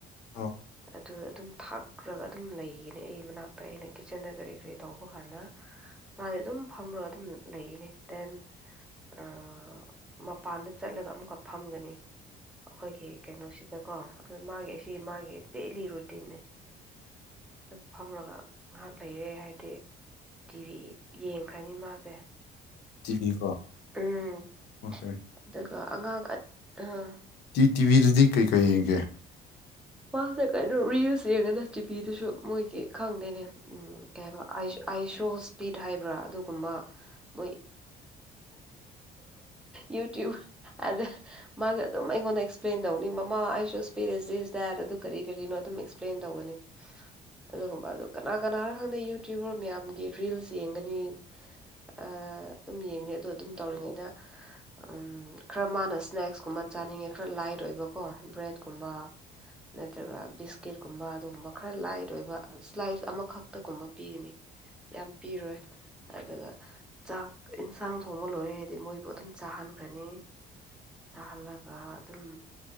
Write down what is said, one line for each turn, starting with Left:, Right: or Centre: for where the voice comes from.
Left: ꯑꯣ
Centre: ꯑꯗꯨ ꯑꯗꯨꯝ ꯊꯥꯛ꯭ꯈꯔꯥꯒ ꯑꯗꯨꯝ ꯂꯩꯒꯅꯤ ꯑꯩ ꯃꯅꯥꯛꯇ ꯑꯩꯅ ꯀꯤꯠꯆꯟꯗ ꯀꯔꯤ ꯀꯔꯤ ꯇꯧꯕ ꯀꯥꯟꯗ ꯃꯥꯗꯤ ꯑꯗꯨꯝ ꯐꯝꯃꯒ ꯑꯗꯨꯝ ꯂꯩꯒꯅꯤ ꯗꯦꯟ ꯑꯥ ꯃꯄꯥꯟꯗ ꯆꯠꯂꯒ ꯑꯃꯨꯛꯀ ꯐꯝꯒꯅꯤ ꯑꯈꯣꯏꯒꯤ ꯀꯩꯅꯣꯁꯤꯗꯀꯣ ꯑꯗꯨ ꯃꯥꯒꯤ ꯑꯁꯤ ꯃꯥꯒꯤ ꯗꯦꯂꯤ ꯔꯨꯇꯤꯟꯅꯦ ꯗꯨꯝ ꯐꯝꯔꯒ ꯉꯍꯥꯛ ꯂꯩꯔꯦ ꯍꯥꯏꯔꯗꯤ ꯇꯤꯚꯤ ꯌꯦꯡꯈ꯭ꯔꯅꯤ ꯃꯥꯖꯦ
Left: ꯇꯤꯚꯤ ꯀꯣ
Centre: ꯎꯝ
Left: ꯑꯣꯀꯦ
Centre: ꯑꯗꯨꯒ ꯑꯉꯥꯡ ꯑꯠ ꯑꯥ
Left: ꯖꯤ ꯇꯤꯚꯤꯗꯨꯗꯤ ꯀꯩꯀꯩ ꯌꯦꯡꯒꯦ
Centre: ꯃꯥꯁꯦ ꯀꯩꯅꯣ ꯔꯤꯜꯁ ꯌꯦꯡꯉꯗ ꯇꯤꯚꯤꯗꯨꯁꯨ ꯃꯣꯏꯒꯤ ꯈꯪꯗꯦꯅꯦ ꯎꯝ ꯀꯩꯑꯕ ꯑꯩꯁꯨ ꯑꯥꯏꯁꯣ ꯁ꯭ꯄꯤꯠ ꯍꯥꯏꯕ꯭ꯔꯥ ꯑꯗꯨꯒꯨꯝꯕ ꯃꯣꯏ ꯌꯨꯇ꯭ꯌꯨꯨꯞꯕ ꯑꯗ ꯃꯥꯁꯦ ꯑꯗꯨꯝ ꯑꯩꯉꯣꯟꯗ ꯑꯦꯛꯁꯄ꯭ꯂꯦꯟ ꯇꯧꯅꯤ ꯃꯃꯥ ꯑꯥꯏꯁꯣꯁ ꯄꯦꯔꯦꯁ ꯇꯔ ꯑꯗꯨ ꯀꯔꯤ ꯀꯔꯤꯅꯣ ꯑꯗꯨꯝ ꯑꯦꯛꯁꯄ꯭ꯂꯦꯟ ꯇꯧꯕꯅꯦ ꯑꯗꯨꯒꯨꯝꯕ ꯑꯗꯨ ꯀꯅꯥ ꯀꯅꯥꯅꯔꯣ ꯈꯪꯗꯦ ꯌꯨꯇ꯭ꯌꯨꯕꯔ ꯃꯌꯥꯝꯒꯤ ꯔꯤꯜꯁ ꯌꯦꯡꯒꯅꯤ ꯑꯗꯨꯝ ꯌꯦꯡꯅꯦ ꯑꯗꯣ ꯑꯗꯨꯝ ꯇꯧꯔꯤꯉꯩꯗ ꯎ ꯈꯔ ꯃꯥꯅ ꯏꯁ꯭ꯅꯦꯛꯁꯀꯨꯝꯕ ꯆꯥꯅꯤꯡꯉꯦ ꯈꯔ ꯂꯥꯏꯠ ꯑꯣꯏꯕꯀꯣ ꯕ꯭ꯔꯦꯗꯀꯨꯝꯕ ꯅꯠꯇ꯭ꯔꯒ ꯕꯤꯁꯀꯤꯠꯀꯨꯝꯕ ꯑꯗꯨꯒꯨꯝꯕ ꯈꯔ ꯂꯥꯏꯠ ꯑꯣꯏꯕ ꯁ꯭ꯂꯥꯏꯁ ꯑꯃꯈꯛꯇꯒꯨꯝꯕ ꯄꯤꯒꯅꯤ ꯌꯥꯝ ꯄꯤꯔꯣꯏ ꯑꯗꯨꯒ ꯆꯥꯛ ꯏꯟꯁꯥꯡ ꯊꯣꯡꯕ ꯂꯣꯏꯔꯦꯗꯤ ꯃꯣꯏꯕꯨ ꯑꯗꯨꯝ ꯆꯥꯍꯟꯈ꯭ꯔꯅꯤ ꯆꯥꯍꯜꯂꯒ ꯑꯗꯨꯝ